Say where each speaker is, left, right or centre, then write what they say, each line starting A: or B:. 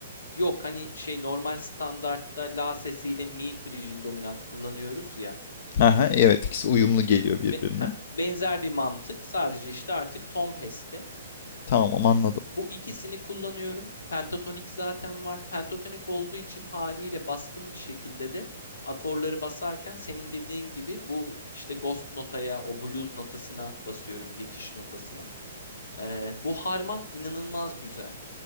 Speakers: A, on the left (about 70°); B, on the left (about 50°).
A: yok hani şey normal standartta la sesiyle mi frigin dominant kullanıyoruz ya.
B: Hı hı. Evet ikisi uyumlu geliyor birbirine.
A: Be- heh, benzer bir mantık sadece işte artık ton peste
B: Tamam anladım.
A: Bu ikisini kullanıyorum. Pentatonik zaten var. Pentatonik olduğu için haliyle baskın bir şekilde de akorları basarken senin dediğin gibi bu işte ghost notaya, o blues notasına basıyorum, geçiş notasına. Ee, bu harman inanılmaz güzel.